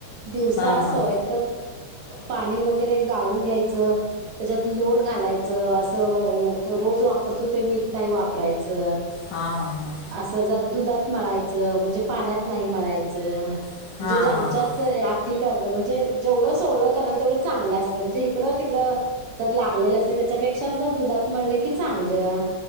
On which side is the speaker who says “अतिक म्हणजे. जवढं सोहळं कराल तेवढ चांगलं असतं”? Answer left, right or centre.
Right